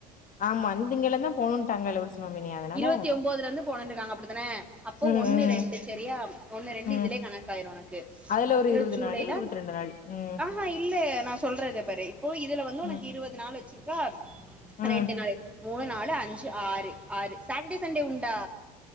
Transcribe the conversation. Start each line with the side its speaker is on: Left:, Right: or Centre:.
Left: ஆமா இந்த திங்கல்லந்தா போணும்ட்டாங்க இளவரசி மாமினி அதனால
Centre: இருவத்தி ஒம்போதுல இருந்து போனுருக்காங்க அப்டிதான அப்ப
Left: ம்
Centre: ஒன்னு
Left: ம்
Centre: ரெண்டு செரியா ஒன்னு ரெண்டு
Left: ம்
Centre: இதுலே கணக்காயிடும் உனக்கு
Left: அதுல
Centre: அப்புறம்
Left: ஒரு இருவது
Centre: ஜூலைல
Left: நாளு இருவத்தி ரெண்டு நாள் ம்
Centre: ஆஹஹா இல்ல நான் சொல்றது பாரு அப்போ இதுல வந்து
Left: ம்
Centre: உனக்கு இருபது நாள் வச்சிருக்கா
Left: ம்
Centre: ரெண்டு நாள் மூணு நாலு அஞ்சு ஆறு ஆறு சட்டர்டே சண்டே உண்டா